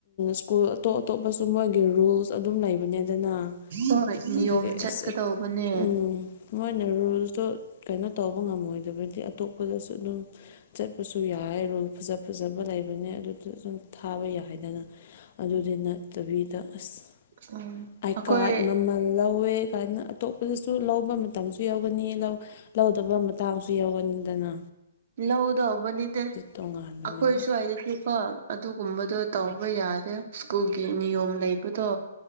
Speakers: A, on the left; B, on the right.
A: ꯁ꯭ꯀꯨꯜ ꯑꯇꯣꯞ ꯑꯇꯣꯞꯄꯁꯨ ꯃꯣꯏꯒꯤ ꯔꯨꯜꯁ ꯑꯗꯨꯝ ꯂꯩꯕꯅꯤꯗꯅ
B: ꯍꯣꯏ ꯅꯤꯌꯣꯝ
A: ꯑꯗꯨꯒꯤ
B: ꯆꯠꯀꯗꯧꯕꯅꯦ
A: ꯑꯁ ꯎꯝ ꯃꯣꯏꯅ ꯔꯨꯜꯁꯇꯣ ꯀꯩꯅꯣ ꯇꯧꯕ ꯉꯝꯃꯣꯏꯗꯕꯗꯤ ꯑꯇꯣꯞꯄꯗꯁꯨ ꯑꯗꯨꯝ ꯆꯠꯄꯁꯨ ꯌꯥꯏꯌꯦ ꯔꯨꯜ ꯐꯖ ꯐꯖꯕ ꯂꯩꯕꯅꯦ ꯑꯗꯨꯗ ꯑꯗꯨꯨꯝ ꯊꯥꯕ ꯌꯥꯏꯗꯅ ꯑꯗꯨꯗ ꯅꯠꯇꯕꯤꯗ ꯑꯁ
B: ꯎꯝ
A: ꯑꯥꯏ
B: ꯑꯩꯈꯣꯏ
A: ꯀꯥꯔꯗ ꯃꯃꯜ ꯂꯧꯋꯦ ꯀꯥꯏꯅ ꯑꯇꯣꯞꯄꯗꯁꯨ ꯂꯧꯕ ꯃꯇꯝꯁꯨ ꯌꯥꯎꯒꯅꯤ ꯂꯧ ꯂꯧꯗꯕ ꯃꯇꯥꯡꯁꯨ ꯌꯥꯎꯒꯅꯤꯡꯗꯅ
B: ꯂꯧꯗꯧꯕꯅꯤꯗꯦ
A: ꯇꯣꯉꯥꯟꯕꯅꯦꯕ
B: ꯑꯈꯣꯏꯁꯨ ꯍꯥꯏꯗꯗꯤꯀꯣ ꯑꯗꯨꯒꯨꯝꯕꯗꯣ ꯇꯧꯕ ꯌꯥꯗꯦ ꯁ꯭ꯀꯨꯜꯒꯤ ꯅꯤꯌꯣꯝ ꯂꯩꯕꯗꯣ